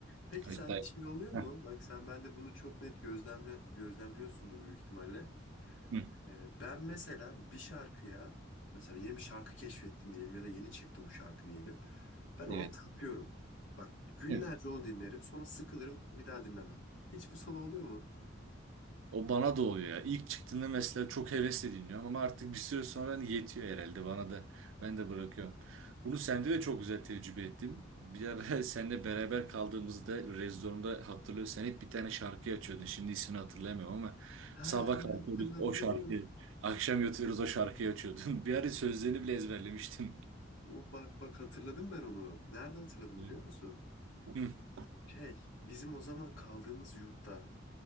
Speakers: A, on the left; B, on the right.
A: Peki
B: Hatta
A: sende şey oluyor mu?
B: Heh,
A: Bak sen bende bunu çok net gözlemle, gözlemliyorsundur büyük ihtimalle.
B: hı,
A: Ee, Ben mesela bir şarkıya mesela yeni bir şarkı keşfettim diyelim ya da yeni çıktı bu şarkı diyelim. Ben ona
B: evet.
A: takıyorum. Bak günlerce
B: <laughs>
A: onu dinlerim sonra sıkılırım bir daha dinlemem. Hiç bu sana oluyor mu?
B: O bana da oluyor ya. İlk çıktığında mesela çok hevesle dinliyorum ama artık bir süre sonra hani yetiyor herhalde bana da. Ben de bırakıyorum. Bunu sende de çok güzel tecrübe ettim. Bir ara <laughs> seninle beraber kaldığımızda Rezdorum'da hatırlıyorsun. Sen hep bir tane şarkı açıyordun. Şimdi ismini hatırlayamıyorum ama
A: Ha
B: sabah kalkıyorduk
A: ben hatırladım.
B: o şarkıyı. Akşam yatıyoruz o şarkıyı açıyordun. <laughs> Bir ara sözlerini bile ezberlemiştin.
A: O, bak bak hatırladım ben onu. Nerede hatırladım
B: Hı.
A: biliyor musun?
B: <laughs>
A: Şey bizim o zaman kaldığımız yurtta